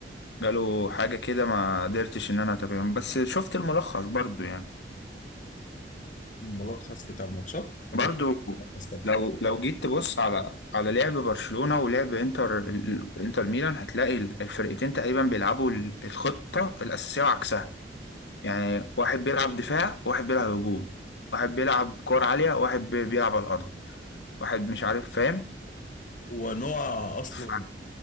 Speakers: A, on the left; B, on the left.
A: جاله حاجة كده ما قدرتش ان انا اتابعهم بس شفت الملخص برضو يعني
B: الملخص بتاع الماتشات انا
A: برضو
B: ملخص
A: لو لو جيت تبص على على لعب برشلونة ولعب انتر ال- ال- انتر ميلان هتلاقي ال- الفرقتين تقريبا بيلعبوا ال- الخطة الأساسية وعكسها يعني واحد بيلعب دفاع واحد بيلعب هجوم واحد بيلعب كور عالية واحد بي- بيلعب على الأرض واحد مش عارف فاهم
B: ونوع اصلا
A: ف-